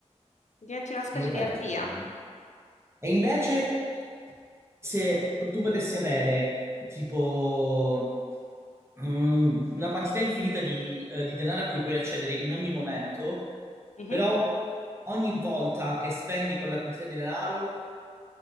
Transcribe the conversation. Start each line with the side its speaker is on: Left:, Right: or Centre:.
Left: diventi una specie
Right: Io lo farei,
Left: di arpia,
Right: assolutamente. E invece, se tu potessi avere tipo mm, una quantità infinita di, eh, di denaro a cui puoi accedere in ogni momento,
Left: Mhm.
Right: però ogni volta che spendi quella quantità di denaro,